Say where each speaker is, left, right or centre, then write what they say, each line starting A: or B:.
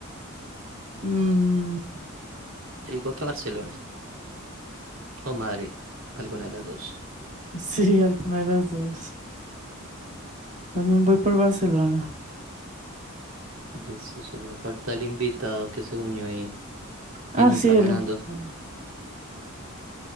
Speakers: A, on the right; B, on the right.
A: Mm,
B: Te digo que Barcelona o Madrid, alguna de las dos.
A: <laughs> sí, alguna de las dos. También voy por Barcelona.
B: De eso solo falta el invitado que se unió y,
A: Ah,
B: y nos
A: sí,
B: va
A: el
B: ganando.
A: invitado.